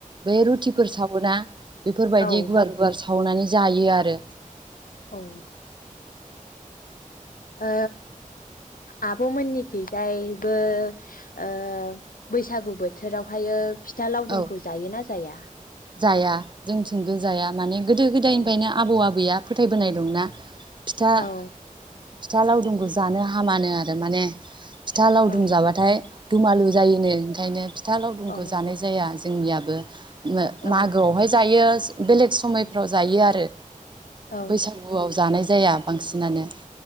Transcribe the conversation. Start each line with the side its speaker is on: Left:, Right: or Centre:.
Right: बे रुटिफोर सावोना बेफोरबायदि
Left: औ
Right: गुवार गुवार साव सावनानै जायो आरो आरो
Left: औ ओ आब'मोननिखैजायबो ओ बैसागु बोथोरावहायो फि फिथा लावदुमखौ
Right: औ
Left: जायो ना जाया?
Right: जाया जोंथिंबो जाया माने गोदो गोदायनिफ्रायनो
Left: औ
Right: आबौ-आबैया फोथायबोनाय दंना फिथा
Left: औ
Right: फिथा लावदुमखौ जानो हामानो आरो माने फिथा लावदुम
Left: औ
Right: जाबाथाय दुमालु जायोनो ओंखायनो फिथा लावदुमखौ
Left: औ
Right: जानाय जाया दा जोंनियाबो उम
Left: औ
Right: मागोआवहाय जायो बेलेग समायफ्राव जायो आरो
Left: औ
Right: बैसागुआव जानाय जाया बांसिनानो